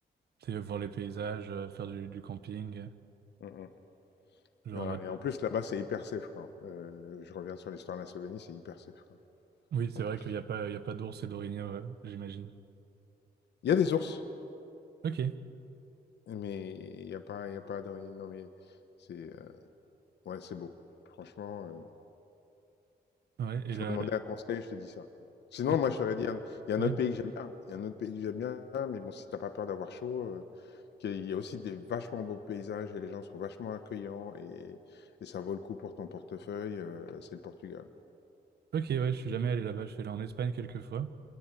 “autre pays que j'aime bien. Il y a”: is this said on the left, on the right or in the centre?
Left